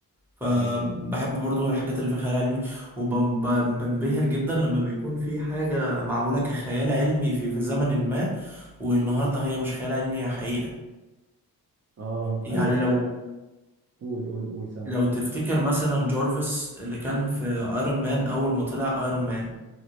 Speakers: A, in the centre; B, on the right.
A: فبحب
B: تمام
A: برضو الحاجات اللي فيها خيال علمي وبنبهر جدا لما بيكون في حاجه معموله كخيال علمي في في زمن ما والنهارده هي مش خيال علمي هي حقيقه
B: اه
A: يعني
B: ايوه فعلا
A: لو
B: قول قول قول سما
A: لو تفتكر مثلا جورفيس اللي كان في ايرون مان اول ما طلع ايرون مان